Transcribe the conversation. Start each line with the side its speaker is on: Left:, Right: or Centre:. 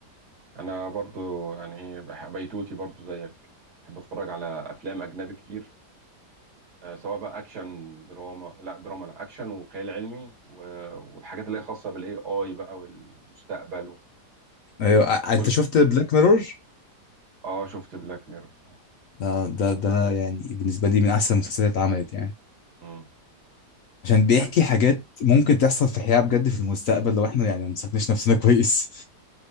Right: انا برضو يعني ايه بح- بيتوتي برضو زيك بحب اتفرج على افلام اجنبي كتير آه، سواء بقى اكشن دراما لا دراما لا اكشن وخيال علمي و... والحاجات اللي هي خاصه بالاي اي بقى والمستقبل و...
Left: ايوه ع- انت
Right: وال...
Left: شفت بلاك ميرور
Right: اه شفت بلاك ميرور اه
Left: ده ده ده يعني بالنسبه لي من احسن المسلسلات اللي اتعملت يعني
Right: م.
Left: عشان
Right: والحاجة
Left: بيحكي حاجات ممكن تحصل في حياه بجد في المستقبل لو احنا يعني ما مسكناش نفسنا كويس